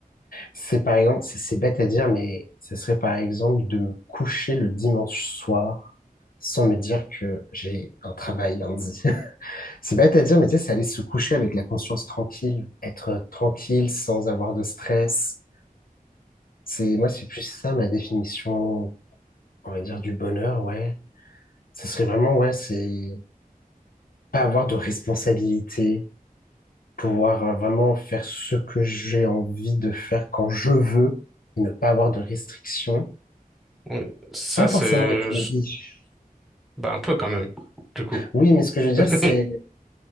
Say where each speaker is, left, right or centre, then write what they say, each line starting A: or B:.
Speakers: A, on the left (about 70°); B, in the centre.
A: c'est par exemple, c'est c'est bête à dire, mais ce serait par exemple de me coucher le dimanche soir sans me dire que j'ai un travail lundi. <laughs> C'est bête à dire, mais tu sais, c'est aller se coucher avec la conscience tranquille, être tranquille sans avoir de stress. C'est, moi, c'est plus ça ma définition on va dire du bonheur, ouais. Ça serait vraiment, ouais, c'est pas avoir de responsabilité, pouvoir euh, vraiment faire ce que j'ai envie de faire quand je veux, ne pas avoir de restrictions.
B: Oui, Ça,
A: Pas
B: c'est...
A: forcément être riche.
B: Bah, un peu quand même, du coup.
A: Oui, mais ce que je veux dire,
B: <laughs>
A: c'est,